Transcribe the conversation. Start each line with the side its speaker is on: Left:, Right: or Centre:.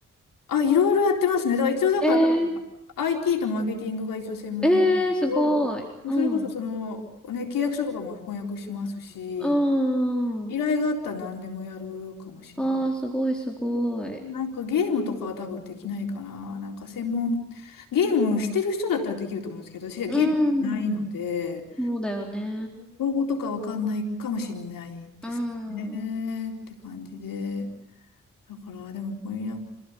Left: あ、いろいろやってますね。だから一応だから、
Centre: えー、
Left: IT とマーケティングが一応専門なんですけど、
Centre: えー、すごい。
Left: もうそれこそその、
Centre: うん。う
Left: ね、契約書とかも翻訳しますし、
Centre: ーん。
Left: 依頼があったら何でもやるかもしれない。
Centre: ああ、すごいすごい。
Left: なんかゲームとかは多分できないかな。なんか専門、ゲームしてる人だったらできると思うんですけど、私はゲームしないので、
Centre: うん。そうだよね。
Left: 用語とかわかんないかもしれないですね。
Centre: うん。
Left: って感じで。だから、でも、翻訳、